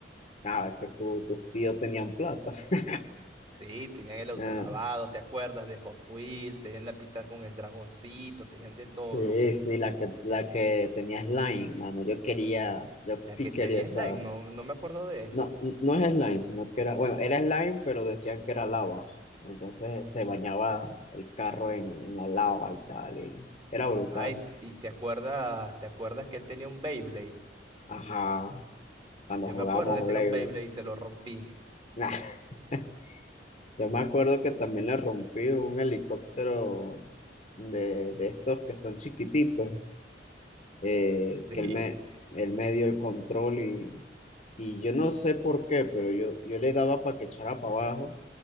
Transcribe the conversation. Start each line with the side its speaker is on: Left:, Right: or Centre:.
Left: Ah, es que tu- tus tíos tenían plata. <laughs>
Right: Sí, tenían el auto
Left: Ah,
Right: lavado, ¿te acuerdas? De Hot Wheels, tenían la pista con el dragoncito, tenían de todo.
Left: sí, sí, la que, la que tenía slime, mano. Yo quería, yo
Right: La
Left: sí
Right: que tenía
Left: quería esa.
Right: Slime, no, no me acuerdo de esa.
Left: No, n- no es slime, sino que era, bueno, era slime, pero decían que era lava. Entonces se bañaba el carro en, en la lava y tal, y era brutal.
Right: Ay, t- y te acuerdas, te acuerdas que él tenía un Beyblade.
Left: Ajá, cuando
Right: Yo
Left: jugábamos
Right: me acuerdo que tenía
Left: Blade
Right: un Beyblade
Left: Blade.
Right: y se lo rompí. <laughs>
Left: Nah. <laughs> Yo me acuerdo que también le rompí un helicóptero de, de estos que son chiquititos, eh,
Right: Sí.
Left: que él me, él me dio el control y, y yo no sé por qué, pero yo, yo le daba para que echara para abajo